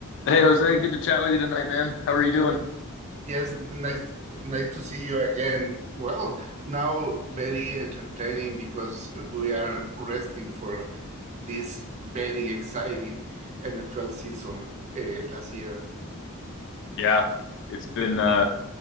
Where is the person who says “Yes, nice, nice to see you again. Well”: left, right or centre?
Right